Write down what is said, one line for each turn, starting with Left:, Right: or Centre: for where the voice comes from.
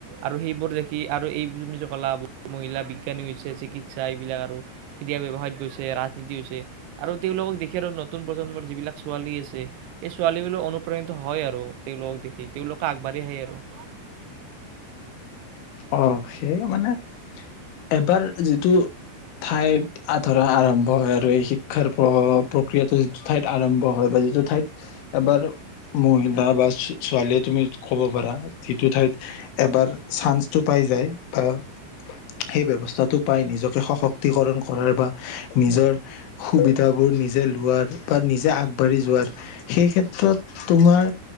Right: আৰু সেইবোৰ দেখি আৰু এইম কোৰ মহিলা বিজ্ঞানী হৈছে চিকিৎসা এইবিলাক আৰু কেতিয়াা ব্যৱসায়ত গৈছে ৰাজনীতি হৈছে আৰু তেওঁলোকক দেখি আৰু নতুন প্ৰজন্মৰ যিবিলাক ছোৱালী আছে সেই ছোৱালীবিলাক অনুপ্ৰাণিত হয় আৰু তেওঁলোকক দেখি তেওঁলোক আগবাঢ়ি আহি আৰু
Left: অ সেইে মানে এবাৰ যিটো ঠাইত আধৰা আৰম্ভ হয় আৰু এই শিক্ষাৰ প্ৰ প্ৰক্ৰিয়াটো যিটো ঠাইত আৰম্ভ হয় বা যিটো ঠাইত এবাৰ মহিলা বা ছোৱালীয়ে তুমি ক'ব পাৰা যিটো ঠাইত এবাৰ চান্স পাই যায় বা সেই ব্য্ৱস্থাটো পাই নিজকে সশক্তিকৰণ কৰাৰ বা নিজৰ সুবিধাবোৰ নিজে লোৱাৰ বা নিজে আগবাঢ়ি যোৱাৰ সেই ক্ষেত্ৰত তোমাৰ